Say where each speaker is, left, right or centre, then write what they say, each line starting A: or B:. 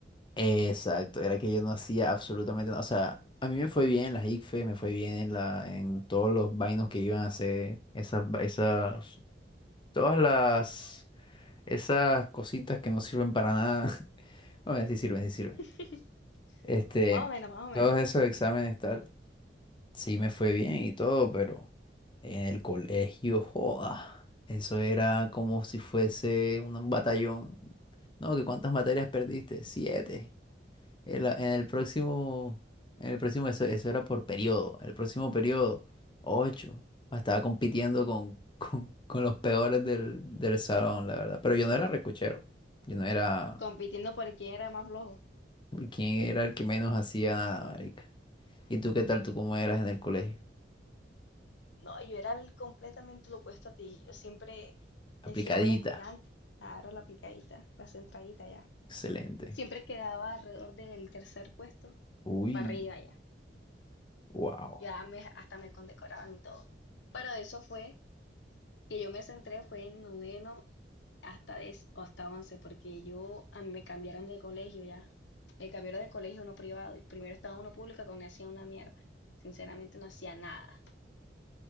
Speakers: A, on the left; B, on the left.
A: Exacto, era que yo no hacía absolutamente nada. O sea, a mí me fue bien en las ICFES, me fue bien en la, en todos los vainos que iban a hacer, esas, va- esas, todas las, esas cositas que no sirven para nada. <laughs> Bueno, sí sirven, sí sirven.
B: <laughs>
A: Este,
B: Más o menos, más o
A: todos
B: menos.
A: esos exámenes, tal. Sí, me fue bien y todo, pero en el colegio, joda, eso era como si fuese un batallón. No, que cuántas materias perdiste? Siete. En la- en el próximo, en el próximo, eso, eso era por periodo. El próximo periodo, ocho. Estaba compitiendo con, <laughs> con, con los peores del, del salón, la verdad. Pero yo no era recochero. Yo no era.
B: Compitiendo por quién era más flojo.
A: ¿Quién era el que menos hacía nada, marica? ¿Y tú qué tal? ¿Tú cómo eras en el colegio?
B: No, yo era el completamente lo opuesto a ti. Yo siempre he
A: Aplicadita.
B: sido buena estudiante. Claro, la aplicadita, la centradita ya.
A: Excelente.
B: Siempre quedaba alrededor del tercer puesto
A: Uy,
B: para arriba ya.
A: wow.
B: Ya me, hasta me condecoraban y todo. Pero eso fue, que yo me centré fue en noveno hasta 10 o hasta once porque yo a mí me cambiaron de colegio ya. Me cambiaron de colegio a uno privado y primero estaba uno público que no hacía una mierda. Sinceramente no hacía nada.